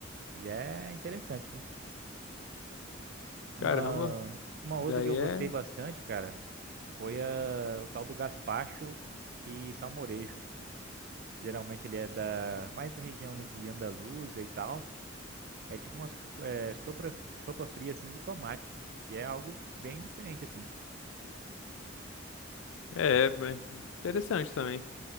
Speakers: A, on the right; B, on the left.
A: E é interessante, né? Uma,
B: Caramba,
A: uma
B: daí
A: outra que eu gostei
B: é,
A: bastante, cara, foi a, o tal do gaspacho e salmorejo. Geralmente ele é da mais da região ali de Andaluzia e tal. É tipo uma sopa, sopa fria assim de tomate, que é algo bem diferente assim.
B: é, bem interessante também.